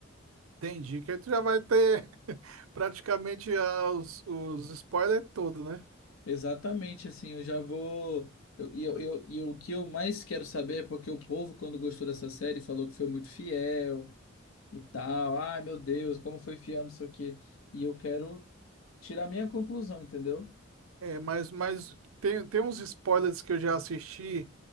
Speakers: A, on the right (about 80°); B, on the left (about 80°).
A: Entendi. Que aí tu já vai ter <laughs> praticamente ah, os, os spoilers todos, né?
B: Exatamente, assim, eu já vou. eu- E eu, eu, e o que eu mais quero saber é porque o povo, quando gostou dessa série, falou que foi muito fiel e tal. Ai, meu Deus, como foi fiel, não sei o quê. E eu quero tirar minha conclusão, entendeu?
A: É, mas, mas tem, tem uns spoilers que eu já assisti